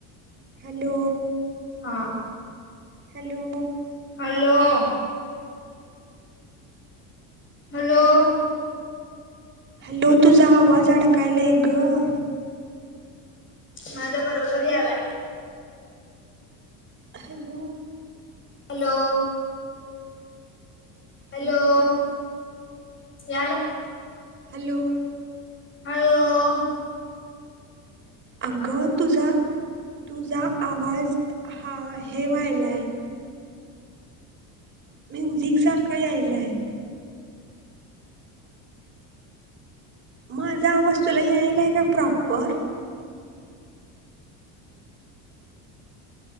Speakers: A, on the right (about 30°); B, on the left (about 30°).
A: हॅलो
B: हा
A: hello
B: hello hello
A: hello hello तुझा आवाज अडकायला गअ
B: झम- झम माझ्या बरोबरी आला.
A: ह अलू
B: हॅलोओओओ - हॅलोओ
A: हॅलो
B: याला
A: हॅलोओ
B: अलोहो -
A: अगं तुझा - तुझा आवाज हाय - हेवा् हायलाय. - म्युझिंक सारखं यायलाय. - माझा आवाज तुला यायला का? प्रॉपर-.